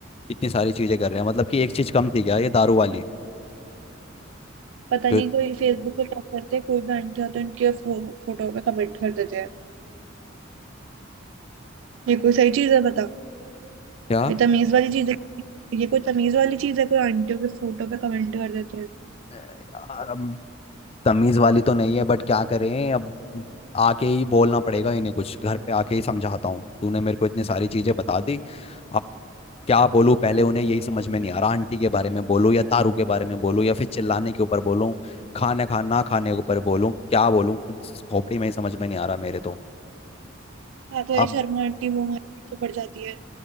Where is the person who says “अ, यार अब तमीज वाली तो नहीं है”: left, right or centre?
Left